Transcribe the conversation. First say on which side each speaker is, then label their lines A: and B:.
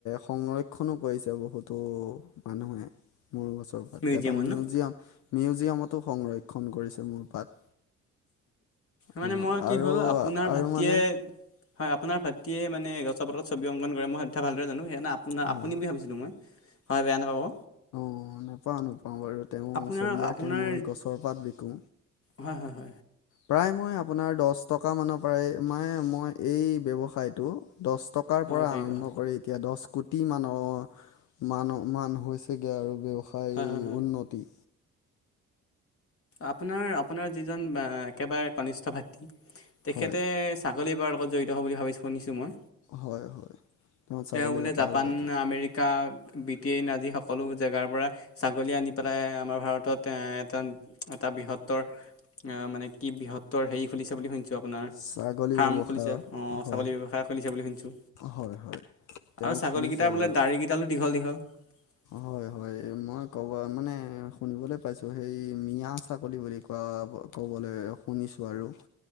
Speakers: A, on the left; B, on the left.
A: সংৰক্ষণো কৰিছে বহুতো মানুহে। মোৰ গছৰ পাত
B: মিউজিয়ামত
A: এটা মিউজিয়াম,
B: ন
A: মিউজিয়ামতো সংৰক্ষণ কৰিছে মোৰ পাত।
B: মানে
A: অ
B: মই কি
A: আৰু
B: হ'ল আপোনাৰ
A: আৰু
B: ভাতৃয়ে
A: মানে
B: হয় আপোনাৰ ভাতৃয়ে মানে গছৰ পাতত ছবি অংকন কৰে মই সেই কথা ভালদৰে জানো সেয়া <unintelligible> আপোনা
A: হয়
B: আপুনি বুলি ভাবিছিলোঁ মই হয় বেয়া নাপাব।
A: অ' নেপাওঁ নেপাওঁ বাৰু তেওঁ
B: আপোনাৰ
A: ছবি
B: আপোনাৰ
A: আঁকে মই গছৰ পাত বিকো।
B: হয় হয় হয়
A: প্ৰায় মই আপোনাৰ দহ টকা মানৰ পৰাই মানে মই এই ব্যৱসায়টো। দহ টকাৰ
B: অ
A: পৰা
B: জড়িত
A: আৰম্ভ
B: হয়
A: কৰি এতিয়া দহ কোটি মানৰ মান মান হৈছেগৈ আৰু ব্যৱসায়
B: হয় হয় হয়
A: উন্নতি।
B: আপোনাৰ আপোনাৰ যিজন অ' একেবাৰে কনিষ্ঠ ভাতৃ তেখেতে
A: হয়
B: চা <unintelligible> জড়িত হোৱা বুলি ভাবিছোঁ শুনিছোঁ মই।
A: হয় হয়
B: তেওঁ
A: ছাগলী
B: বোলে
A: বেপাৰৰ
B: জাপান,
A: লগত জড়িত
B: আমেৰিকা বি <unintelligible> আজি সকলো জেগাৰ পৰা ছাগলী আনি পেলাই আমাৰ ভাৰতত এ এটা এটা বৃহত্তৰ অ' মানে কি বৃহত্তৰ হেৰি খুলিছে বুলি শুনিছোঁ। আপোনাৰ
A: ছাগলী
B: ফাৰ্ম
A: ব্যৱসায়ৰ
B: খুলিছে অ'
A: হয়
B: ছাগলী ব্যৱসায় খুলিছে বুলি শুনিছোঁ।
A: হয় হয় তেওঁ
B: আৰু ছাগলীকেইটাৰ
A: খুলিছে
B: বোলে
A: বাৰু
B: দাড়ি কেইডালো দীঘল দীঘল। <inaudible>
A: হয় হয় মই ক'ব মানে শুনিবলৈ পাইছোঁ হেৰি মিয়া ছাগলী বুলি কোৱা ক'বলৈ এ শুনিছোঁ আৰু।